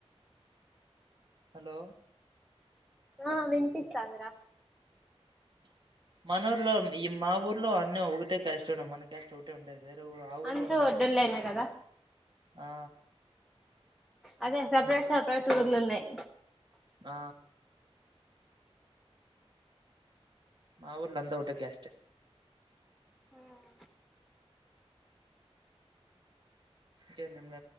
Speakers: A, on the right; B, in the centre.
A: హలో
B: ఆ వినిపిస్థాందిరా
A: మన ఊర్లో ఈ మా ఊర్లో అన్నీ ఒకటే క్యాస్ట్ ఉన్నాయి మన క్యాస్ట్ ఉండేది వేరేఊ ఆ ఊర్లో
B: అందరూ
A: ఉన్నాయి
B: ఒడ్డోళ్ళేనే
A: ఇంకొకటి
B: కదా
A: ఆ
B: అదే సపరేట్ సపరేటు ఊర్లు ఉన్నాయి
A: ఆ మా ఊర్లో అంతా ఒకటే క్యాస్ట్
B: హమ్
A: కే నిమ్ల